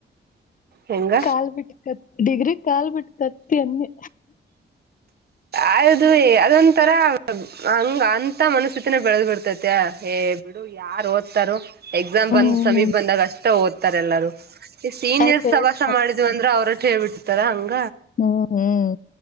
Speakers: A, on the right; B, on the left.
A: ಹೆಂಗ
B: ಕಾಲ್ ಬಿಟ್ಕತ್ ಡಿಗ್ರಿ ಕಾಲ್ ಬಿಟ್ ಕತ್ತಿ ಅನ್ನಿ
A: ಅಯದು ಅದೊಂತರ ಹಂಗ ಅಂತ ಮನಸ್ಥಿತಿನ ಬೆಳದ್ ಬಿಡ್ತೈತ ಬಿಡು ಯಾರು ಓದ್ತಾರು ಎಕ್ಸಾಮ್
B: ಹ್ಮ್
A: ಬಂದ್ ಸಮೀಪ ಬಂದಾಗ ಅಷ್ಟೇ ಓದ್ತಾರೆ ಎಲ್ಲಾರೂ ಈ ಸೀನಿಯರ್ಸ್
B: ಅದ ಫೇಸ್
A: ಸವಾಸ ಮಾಡಿದ್ ಅಂದ್ರೆ ಅವ್ರಷ್ಟ ಹೇಳ್ಬಿಡ್ತಾರ ಹಂಗ್
B: ಹ್ಮ್ ಹ್ಮ್